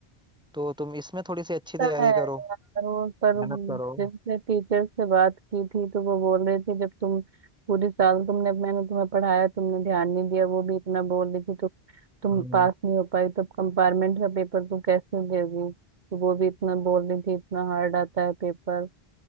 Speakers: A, in the centre; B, on the right.
A: तो तुम इसमें थोड़ी सी अच्छी
B: है
A: तैयारी
B: यार
A: करो
B: वो पर
A: मेहनत करो
B: जिनसे टीचर से बात की थी तो वो बोल रहे थे जब तुम पूरे साल तुमने मैंने तुम्हें पढ़ाया तुमने ध्यान नहीं दिया वो भी इतना बोल रही थी तो तुम
A: हम्म
B: पास नहीं हो पाई तो कंपार्टमेंट का पेपर तुम कैसे दोगी तो वो भी इतना बोल रही थी इतना हार्ड आता है पेपर